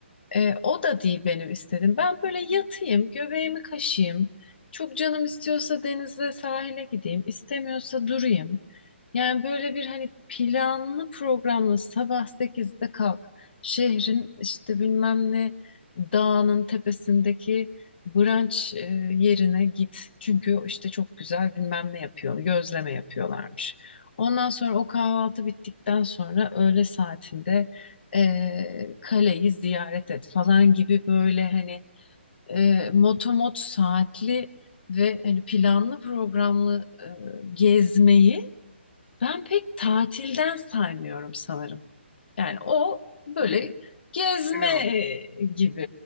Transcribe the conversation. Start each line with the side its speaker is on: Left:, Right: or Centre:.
Left: E, o da değil benim istedim. Ben böyle yatayım, göbeğimi kaşıyım. Çok canım istiyorsa denize, sahile gideyim. istemiyorsa durayım. Yani böyle bir hani planlı programlı sabah sekizde kalk. Şehrin işte bilmem ne dağının tepesindeki brunch e, yerine git. Çünkü işte çok güzel bilmem ne yapıyor, gözleme yapıyorlarmış. Ondan sonra o kahvaltı bittikten sonra öğle saatinde e, kaleyi ziyaret et falan gibi böyle hani e, motomot saatli ve hani planlı programlı e, gezmeyi ben pek tatilden saymıyorum sanırım. Yani o böyle
Centre: Pek
Left: gezme
Centre: gelemem.
Left: e,
Centre: ona.
Left: gibi